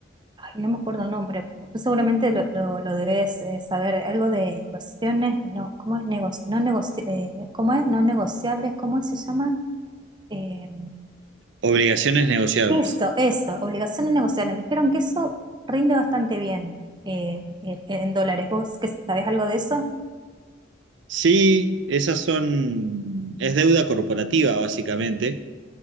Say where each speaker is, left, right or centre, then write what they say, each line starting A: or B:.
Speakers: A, on the right; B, on the right.
A: ay, no me acuerdo el nombre, pues tú seguramente lo, lo, lo debes eh, saber, algo de inversiones, no, ¿cómo es negocio? No negoci eh, ¿cómo es? No negociables, ¿cómo es? se llama? Eh,
B: Obligaciones negociables.
A: esto, eso, obligaciones negociables. Me dijeron que eso rinde bastante bien eh, en en dólares. ¿Vos que sabés algo de eso?
B: Sí, esas son, es deuda corporativa básicamente.